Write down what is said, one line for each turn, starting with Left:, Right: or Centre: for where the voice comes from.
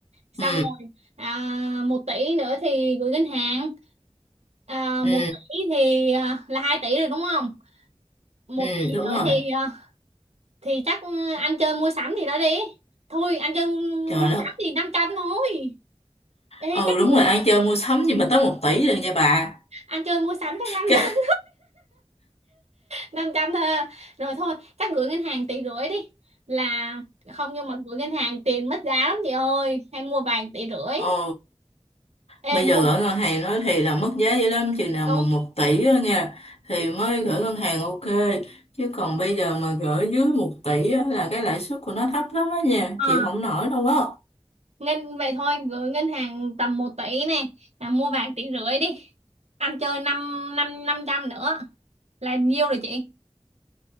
Right: xong
Left: ừ
Right: rồi à, 1 tỷ nữa thì gửi ngân hàng à,
Left: ừ
Right: 1 tỷ thì à, là 2 tỷ rồi đúng không một
Left: ừ
Right: tỷ
Left: đúng
Right: nữa
Left: rồi
Right: thì à, thì chắc ăn chơi mua sắm gì đó đi thôi ăn chơi mua
Left: trời đất
Right: sắm thì 500 thôi Ê,
Left: ừ
Right: chắc
Left: đúng
Right: gửi
Left: rồi ăn chơi mua sắm gì mà tới một tỷ lần nha bà
Right: ăn chơi mua sắm chắc năm
Left: <laughs> Cái-
Right: trăm 500 thôi à. rồi thôi chắc gửi ngân hàng tỷ rưỡi đi là không nhưng mà gửi ngân hàng tiền mất giá lắm chị ơi hay mua vàng tỷ rưỡi
Left: ồ
Right: ê
Left: bây giờ
Right: mua
Left: gửi ngân hàng nói thì là mất giá dữ lắm chừng nào
Right: đúng
Left: mà một tỷ á nha thì mới gửi ngân hàng ok chứ còn bây giờ mà gửi dưới một tỷ á, là cái lãi suất của nó thấp lắm á nha
Right: à,
Left: chịu không nổi đâu á
Right: ngân vậy thôi gửi ngân hàng tầm một tỷ này là mua vàng tỷ rưỡi đi ăn chơi năm năm 500 nữa là nhiêu rồi chị